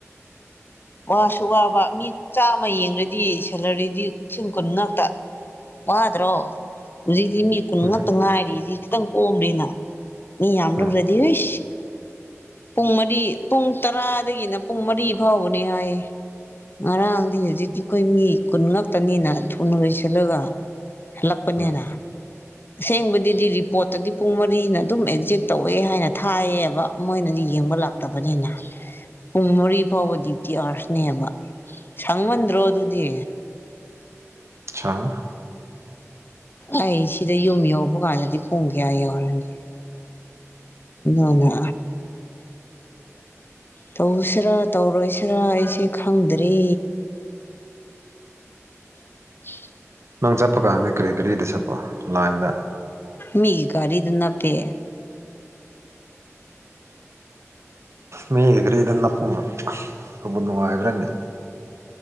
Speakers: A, on the left; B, on the right.
A: ꯋꯥꯁꯨ ꯋꯥꯕ ꯃꯤ ꯆꯥꯝꯃ ꯌꯦꯡꯉꯗꯤ ꯁꯦꯂꯔꯤꯗꯤ ꯂꯤꯁꯤꯡ ꯀꯨꯟ ꯉꯥꯛꯇ ꯋꯥꯗ꯭ꯔꯣ ꯍꯧꯖꯤꯛꯗꯤ ꯃꯤ ꯀꯨꯟ
B: ꯎꯝ
A: ꯉꯥꯛꯇ ꯉꯥꯏꯔꯤꯁꯤ ꯈꯤꯇꯪ ꯀꯣꯝꯗ꯭ꯔꯤꯅ ꯃꯤ ꯌꯥꯝꯗꯕ꯭ꯔꯥ
B: ꯎꯝ
A: ꯑꯢ ꯄꯨꯡ ꯃꯔꯤ ꯄꯨꯡ ꯇꯔꯥꯗꯒꯤꯅ ꯄꯨꯡ ꯃꯔꯤ ꯐꯥꯎꯕꯅꯤ ꯍꯥꯏꯌꯦ ꯉꯔꯥꯡꯗꯤ ꯍꯧꯖꯤꯛꯇꯤ ꯑꯩꯈꯣꯏ ꯃꯤ ꯀꯨꯟ ꯉꯥꯛꯇ ꯅꯤꯅ ꯊꯨꯅ ꯂꯣꯏꯁꯤꯜꯂꯒ ꯍꯜꯂꯛꯄꯅꯤꯅ
B: ꯎꯝ
A: ꯑꯁꯦꯡꯕꯗꯨꯗꯤ ꯔꯤꯄꯣꯔꯠꯇꯗꯤ ꯄꯨꯡ ꯃꯔꯤꯅ ꯑꯗꯨꯝ ꯑꯦꯛꯖꯦꯛ ꯇꯧꯋꯦ ꯍꯥꯏꯅ ꯊꯥꯏꯌꯦꯕ ꯃꯣꯏꯅꯗꯤ ꯌꯦꯡꯕ ꯂꯥꯛꯇꯕꯅꯤꯅ ꯄꯨꯡ ꯃꯔꯤ ꯐꯥꯎꯕ ꯗ꯭ꯌꯨꯇꯤ ꯑꯥꯔꯁꯅꯦꯕ ꯁꯪꯃꯟꯗ꯭ꯔꯣ ꯑꯗꯨꯗꯤ
B: ꯁꯥꯛꯉꯦ
A: ꯑꯩ ꯁꯤꯗ ꯌꯨꯝ ꯌꯧꯕ ꯀꯥꯟꯗꯗꯤ ꯄꯨꯡ ꯀꯌꯥ ꯌꯧꯔꯅꯤ ꯑꯗꯨꯅ ꯇꯧꯁꯤꯔꯥ ꯇꯧꯔꯣꯏꯁꯤꯔꯥ ꯑꯩꯁꯦ ꯈꯪꯗ꯭ꯔꯤ <unintelligible>
B: ꯅꯪ ꯆꯠꯄ ꯀꯥꯟꯗ ꯀꯔꯤ ꯒꯥꯔꯤꯗ ꯆꯠꯄ ꯂꯥꯏꯟꯗ
A: ꯃꯤꯒꯤ ꯒꯥꯔꯤꯗ ꯅꯞꯄꯦ
B: ꯃꯤꯒꯤ ꯒꯥꯔꯤꯗ ꯅꯞꯄꯨꯡꯕ ꯑꯕ ꯅꯨꯡꯉꯥꯏꯕ꯭ꯔꯅꯦ